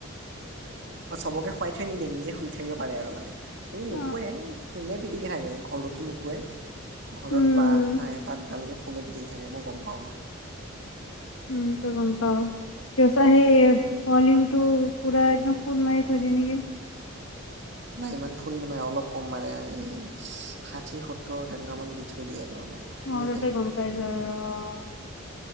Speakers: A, on the right (about 55°); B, on the left (about 75°).
A: অ', চবকে শুৱাই থৈ নিদিয়ে, নিজে শুই থাকিব পাৰে আৰু মানে, এইটো নুশুৱে
B: অ
A: ফোনে পিটিকে থাকে, ঘৰতো নুশুৱে। ঘৰত
B: উম
A: বাৰটা-এটা দুটালৈকে ফো ফোনে পিটিকি থাকে, মই গম পাওঁ নহয়।
B: উম, তই গম পাৱ <unintelligible> সেই ফয়লিঙটো পুৰা একদম ফুল মাৰি থৈ দিয়ে নেকি?
A: নাই, ইমান ফুল নেমাৰে, অলপ কম মাৰে আৰু এই ষাঠি-সত্তৰ তেনেকুৱামান দি থৈ দিয়ে আৰু অলপ শুনি
B: অ', তাতে
A: পায়
B: গম পাই যোৱা আৰু, অ'।